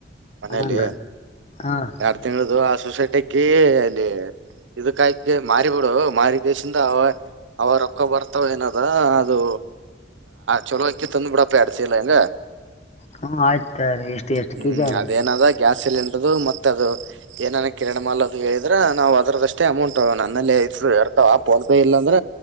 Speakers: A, on the right; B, on the left.
A: ಮನೇಲಿ
B: ಹಾಂ ರೀ ಹಾಂ
A: ಎರಡ ತಿಂಗಳ್ದು ಸೊಸೈಟಿ ಅಕ್ಕಿ ಅಲ್ಲಿ ಇದಕಾಯಕ ಮಾರಿ ಬಿಡು ಮಾರಿಕೇಶಿಂದ ಅವ ಅವ ರೊಕ್ಕ ಬರ್ತಾವ ಏನದ ಅದು ಚಲೋಅಕ್ಕಿ ತಂದ ಬಿಡಪ್ಪ ಎರಡು ಚೀಲ ಹೆಂಗ
B: ಹ್ಮ ಆಯ್ತ ರೀ ಎಷ್ಟು
A: ಹ್ಮ್
B: ಕೆ ಜಿ ಆರ
A: ಅದೇನದ
B: ಹ್ಞೂ
A: ಗ್ಯಾಸ್ ಸಿಲಿಂಡರ್ ಮತ್ತ ಆದು ಏನನ ಕಿರಾಣಿ ಮಾಲ್ ಅದು ಹೇಳ್ರೆ ನಾವು ಅದ್ರದಷ್ಟೇ ಅಮೌಂಟ್ ನನ್ನಲ್ಲಿದ್ದರ ಇರ್ತಾವ ಫೋನ್ ಪೇ ಇಲ್ಲಾಂದ್ರ